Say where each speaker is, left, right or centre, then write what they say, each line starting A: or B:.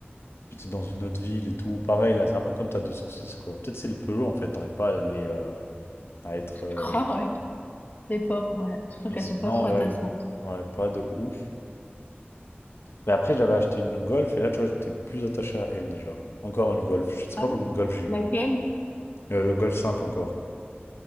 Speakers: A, on the left (about 80°); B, on the left (about 45°).
A: j'étais dans une autre ville et tout. Pareil, là, c'est un peu comme ta 206, quoi. Peut-être c'est les Peugeot, en fait, t'arrives pas à les, euh, à être...
B: Je
A: euh,
B: crois, ouais. Les pauvres, ouais. Je crois
A: Mais
B: qu'elles
A: sinon,
B: sont pas trop attachantes.
A: ouais, ouais, pas de ouf. Mais après, j'avais acheté une Golf, et là, tu vois, j'étais plus attaché à elle, déjà. Encore une Golf, je sais
B: Ah,
A: pas combien
B: oui.
A: de Golf j'ai eu.
B: laquelle?
A: Euh, le Golf 5, encore.